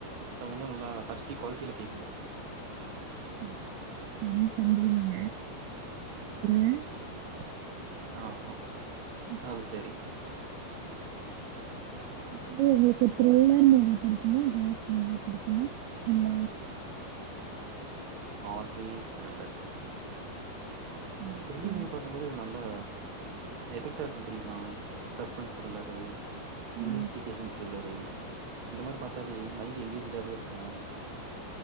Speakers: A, on the right; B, on the right.
A: சௌண்டு நல்லா கஷ் டி குவால்ட்டில கேக்குது
B: ம் ஃபன் பண்றீங்க <unintelligible>
A: ஆமா
B: <unintelligible>
A: அது சரி.
B: ப்ப உங்குளுக்கு த்ரில்லர் மூவி பிடிக்குமா இல்ல <inaudible> மூவி புடிக்குமா இல்ல
A: ஆல்வேஸ் த்ரில்லர் ம்ச்
B: ஓகே.
A: த்ரில்லிங்கு பாக்கும்போது இது நல்லா எஃபெக்டா இருக்கு தெரியுமா சஸ்பென்ஸ் த்ரில்லரு
B: ஆ
A: இன்வெஸ்டிகேஷன் த்ரில்லரு இந்த மாரி பாத்தாலே மைண்ட் எங்கேஜ்டாவே இருக் வா